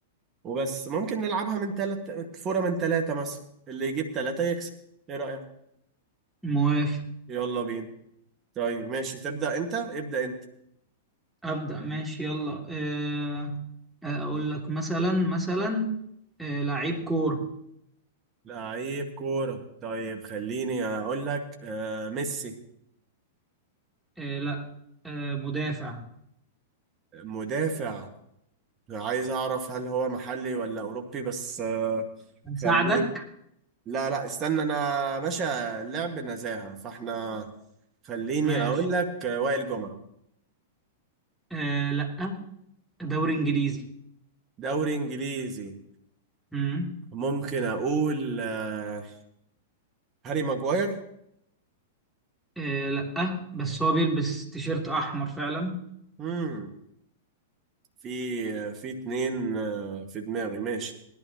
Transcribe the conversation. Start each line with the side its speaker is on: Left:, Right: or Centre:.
Right: وبس ممكن نلعبها من ثلاث فورة من ثلاثة مثلا اللي يجيب ثلاثة يكسب ايه رأيك
Centre: موافق
Right: يلا بينا طيب ماشي تبدأ انت ابدأ انت
Centre: ابدا ماشي يلا آه آه، اقول لك مثلا مثلا آه لعيب كورة
Right: لعيب كورة طيب خليني اقول لك آه ميسي
Centre: آه لا آه مدافع
Right: مدافع عايز اعرف هل هو محلي ولا اوروبي بس آه
Centre: هساعدك
Right: خليني لا لا استنى انا باشا لعب نزاهة فاحنا خليني
Centre: ماشي
Right: اقول لك آه، وائل جمعة
Centre: آه لا دوري انجليزي
Right: دوري انجليزي
Centre: امم
Right: ممكن اقول آه هاري ماجواير
Centre: آه لا بس هو بيلبس تيشيرت احمر فعلا
Right: مم. في في اتنين آه، في دماغي ماشي